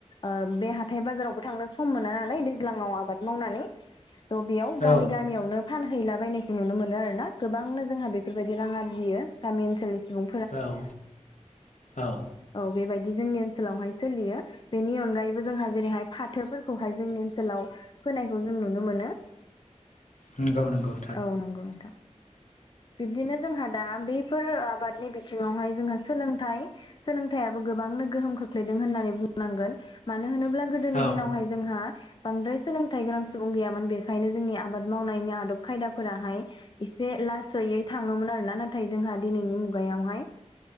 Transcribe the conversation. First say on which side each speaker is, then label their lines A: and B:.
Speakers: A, on the left (about 40°); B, on the left (about 85°).
A: ओ बे हाथाय बाजारावबो थांनो सम मोना नालाय दैज्लाङाव आबाद मावनानै थ बेयाव
B: औ
A: गामि गामियावनो फानहैलाबायनायखौ नुनो मोनो आरो ना गोबांनो जोंहा बेफोरबायदि रां आरजियो गामि ओनसोलनि सुबुं
B: औ औ
A: औ बेबायदि जोंनि ओनसोलावहाय सोलियो। बेनि अनगायैबो जोंहा जेरैहाय फाथोफोरखौहाय जोंनि ओनसोलाव फोनायखौ जों नुनो मोनो।
B: नोंगौ नोंगौ
A: औ नंगौ नोंथां बिब्दिनो जोंहा दा बैफोर आबादनि बिथिङावहाय जोंहा सोलोंथाइ सोलोंथाइयाबो गोबांनो गोहोम खोख्लैदों होननानै बुंनांगोन मानो होनोब्ला गोदोनि
B: औ
A: दिनावहाय जोंहा बांद्राय सोलोंथाइ गोनां सुबुं गैयामोन बेखायनो जोंनि आबाद मावनायनि आदब खायदाफोराहाय एसे लासैयै थाङोमोन आरो ना नाथाय जोंहा दिनैनि मुगायावहाय